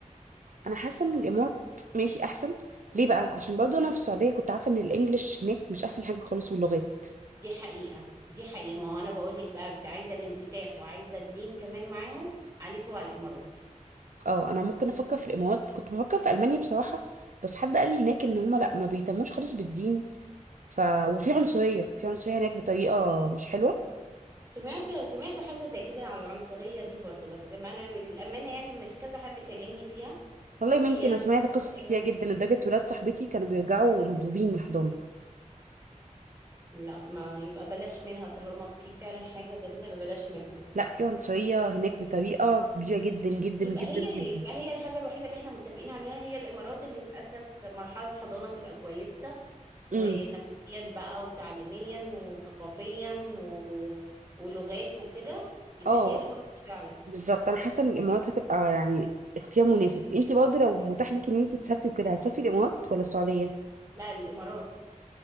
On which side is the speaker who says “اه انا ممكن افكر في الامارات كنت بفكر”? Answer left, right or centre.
Right